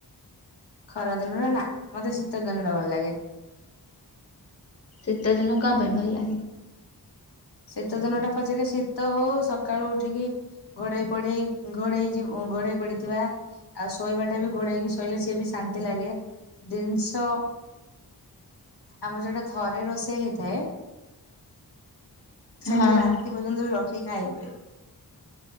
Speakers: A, on the left; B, on the left.
A: ଖରାଦିନ ଟା ନା ମତେ ଶୀତ ଦିନ ଟା ଭଲ ଲାଗେ।
B: ଶୀତ ଦିନ କଣ ପାଇଁ ଭଲ ଲାଗେ?
A: ଶୀତ ଦିନ ଟା ପଛକେ ଶୀତ ହଉ ସ ସକାଳୁ ଉଠିକି ଘୋଡ଼େଇ ପୋଡେ଼ଇ ଘୋଡେଇ ଯ ଘୋଡ଼େଇ ପଡ଼ିଥିବା ଆଉ ଶୋଇବା ଟା ବି ଘୋଡ଼େଇ ହେଇକି ଶୋଇଲେ ସିଏ ବି ଶାନ୍ତି ଲାଗେ ଜିନିଷ ଆମର ଯୋଉଟା ଥରେ ରୋଷେଇ ହେଇଥାଏ ସେଇଟା
B: ହଁ
A: ରାତି ପର୍ଯ୍ୟନ୍ତ ବି ରଖିକି ଖାଇ ହୁଏ।